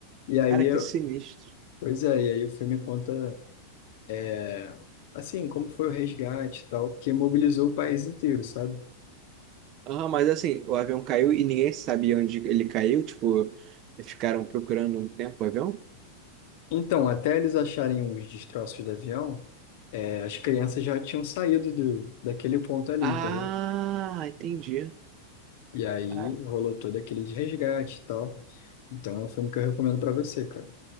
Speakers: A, on the left; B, on the right.
A: E aí,
B: cara,
A: eu-
B: que sinistro.
A: pois é, e aí o filme conta, é, assim, como foi o resgate e tal, que mobilizou o país inteiro, sabe?
B: Aham, mas assim, o avião caiu e ninguém sabia onde ele caiu, tipo, ficaram procurando um tempo o avião?
A: Então, até eles acharem os destroços do avião, eh, as crianças já tinham saído do, daquele ponto ali,
B: Ah,
A: entendeu?
B: entendi.
A: E aí
B: Ah,
A: rolou todo aquele de resgate e tal. Então é um filme que eu recomendo pra você, cara.